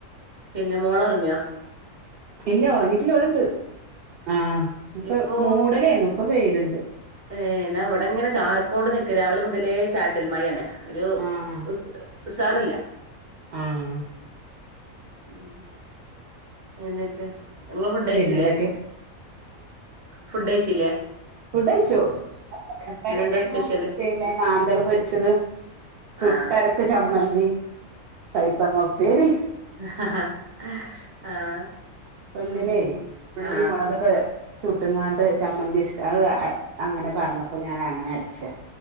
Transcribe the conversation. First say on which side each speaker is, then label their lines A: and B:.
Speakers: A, on the right; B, on the right.
A: പിന്നെ മോളൊറങ്ങിയോ?
B: ഇല്ല്യ ഒറങ്ങിട്ടില്ല ഇവിടണ്ട്. ആഹ് ഇപ്പൊ
A: ഇപ്പോ
B: മൂടലേന്നു ഇപ്പ വെയില്ണ്ട്.
A: ഏഹ്, ഇന്നാ ഇവിടിങ്ങനെ ചാറിക്കോണ്ട് നിക്ക രാവിലെ മുതലേ ചാറ്റൽ മഴേണ് ഒരു
B: ആഹ്
A: ഉസ് ഉഷാറില്ല
B: ആഹ്
A: ഉം എന്നിട്ട് നിങ്ങള് ഫുഡ്‌ കയിച്ചില്ലേ
B: പിന്നെന്തൊക്കെ
A: ഫുഡ് കയിച്ചില്ലേ
B: ഫുഡ്കയിച്ചു കറി
A: ഇന്ന് എന്താ
B: എന്തായിരുന്നു
A: സ്പെഷ്യല്
B: പിന്നെ മാന്തള് പൊരിച്ചതും - ചുട്ടരച്ച
A: ആഹ്
B: ചമ്മന്തി കയ്പങ്ങ ഉപ്പേരി
A: ഹ ഹ ഹ ഹ് ആഹ്
B: കുഞ്ഞി
A: ഉം
B: <unintelligible> നേ ഉള്ളി
A: ആഹ്
B: മൊളക് ക്കെ ചുട്ടുംങ്ങാണ്ട് ചമ്മന്തി ഇഷ്ടാ അത് അങ്ങനെ പറഞ്ഞപ്പോ ഞാൻ അങ്ങനെ അരച്ചാ